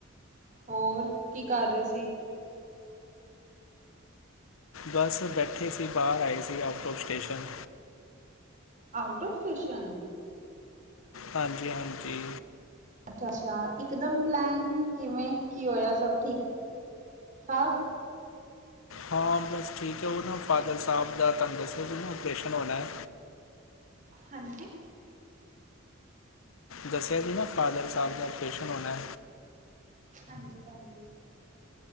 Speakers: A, on the right (about 40°); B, on the left (about 75°).
A: ਹੋਰ ਕੀ ਕਰ ਰਹੇ ਸੀ।
B: ਬਸ ਬੈਠੇ ਸੀ ਬਾਹਰ ਆਏ ਸੀ out of station.
A: Out of station.
B: ਹਾਂਜੀ-ਹਾਂਜੀ।
A: ਅੱਛਾ-ਅੱਛਾ ਇਕ ਦਮ ਪਲੈਨ ਕਿਵੇਂ ਕੀ ਹੋਇਆ ਸਭ ਠੀਕ ਠਾਕ।
B: ਹਾਂ ਬਸ ਠੀਕ ਹੈ ਉਹ ਨਾ ਫਾਦਰ ਸਾਹਿਬ ਦਾ ਤੁਹਾਨੂੰ ਦੱਸਿਆ ਸੀ ਨਾ ਆਪਰੇਸ਼ਨ ਹੋਣਾ ਹੈ।
A: ਹਾਂਜੀ।
B: ਦੱਸਿਆ ਜੀ ਨਾ ਫਾਦਰ ਸਾਹਿਬ ਦਾ ਆਪਰੇਸ਼ਨ ਹੋਣਾ।
A: ਹਾਂਜੀ-ਹਾਂਜੀ।